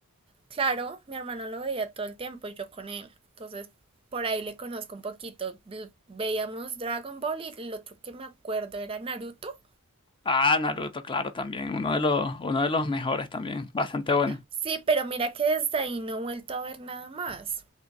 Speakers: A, on the right; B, on the left.
A: Claro, mi hermano lo veía todo el tiempo y yo con él. Entonces, por ahí le conozco un poquito. L- Veíamos Dragon Ball y el otro que me acuerdo era Naruto.
B: Ah, Naruto, claro, también, uno de los, uno de los mejores también, bastante bueno.
A: Sí, pero mira que desde ahí no he vuelto a ver nada más.